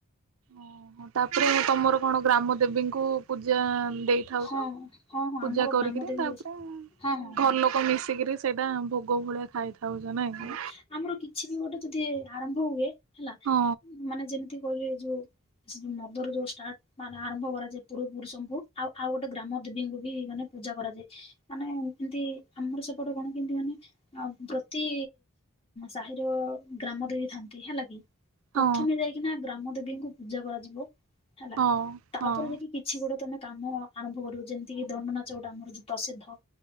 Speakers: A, on the right; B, on the left.
A: ଓହୋ ତାପରେ ତମର କଣ ଗ୍ରାମ ଦେବୀଙ୍କୁ ପୂଜା ଦେଇ ଥାଉଛ
B: ହଁ ହଁ ହଁ ହଁ
A: ପୂଜା
B: ଆମର
A: କରିକିରି
B: ଗ୍ରାମ ଦେବୀ
A: ତାପରେ
B: ଓଷା ହଁ ହଁ
A: ଘର
B: ହଁ
A: ଲୋକ ମିଶିକିରି ସେଇଟା ଭୋଗ ଭଳିଆ ଖାଇଥାଉଛ ନାଇ
B: ହଁ
A: କି।
B: ଆମର କିଛି ବି ଗୋଟେ ଯଦି ଆରମ୍ଭ ହୁଏ ହେଲା
A: ହଁ
B: ମାନେ ଯେମିତି କହିଲେ ଯୋଉ ସେ ମଦର ଯୋଉ ଷ୍ଟାର୍ଟ ମାନେ ଆରମ୍ଭ କରାଯାଏ ପୂର୍ବ ପୁରୁଷଙ୍କୁ ଆଉ ଆଉ ଗୋଟେ ଗ୍ରାମ ଦେବୀଙ୍କୁ ବି ମାନେ ପୂଜା କରାଯାଏ ମାନେ ଏମତି ଆମର ସେପଟ କଣ କେମତି ମାନେ ଆଉ ବ ପ୍ରତି ସାହିର ଗ୍ରାମ ଦେବି ଥାନ୍ତି ହେଲା କି। ପ୍ରଥମେ
A: ହଁ
B: ଯାଇକିନା ଗ୍ରାମ ଦେବୀଙ୍କୁ ପୂଜା କରାଯିବ ହେଲା
A: ହଁ
B: ତାପରେ
A: ହଁ
B: ଯାଇକି କିଛି ଗୋଟେ ତମେ କାମ ଆରମ୍ଭ କରିବ ଯେମିତି କିି ଦଣ୍ଡ ନାଚ ଗୋଟା ଆମର ଯୋଉ ପ୍ରସିଦ୍ଧ।